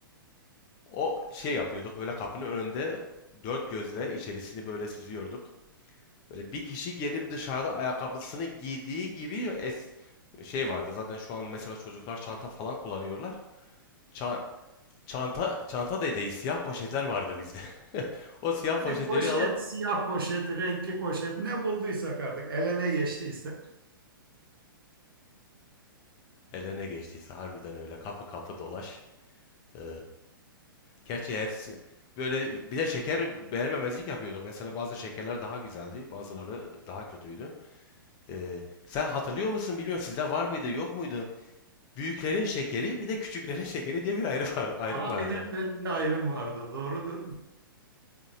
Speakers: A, on the left; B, on the right.
A: O şey yapıyorduk böyle kapının önünde dört gözle içerisini böyle süzüyorduk. Böyle bir kişi gelip dışarıda ayakkabısını giydiği gibi es şey vardı. Zaten şu an mesela çocuklar çanta falan kullanıyorlar. Ça- çanta çanta dedeyi siyah poşetler vardı bizde. <laughs> O siyah
B: Yani
A: poşetleri
B: poşet,
A: alıp
B: siyah poşet, renkli poşet ne bulduysak artık elene geçtiyse.
A: eline geçtiyse harbiden öyle kapı kapı dolaş. Ee, gerçi hepsi böyle bir de şeker beğenmemezlik yapıyorduk. Mesela bazı şekerler daha güzeldi, bazıları daha kötüydü. Ee, sen hatırlıyor musun bilmiyorum sizde var mıydı yok muydu? Büyüklerin şekeri bir de küçüklerin <laughs> şekeri diye bir ayrım var, ayrım
B: Aynen
A: vardı.
B: böyle bir ayrım vardı. Doğrudur.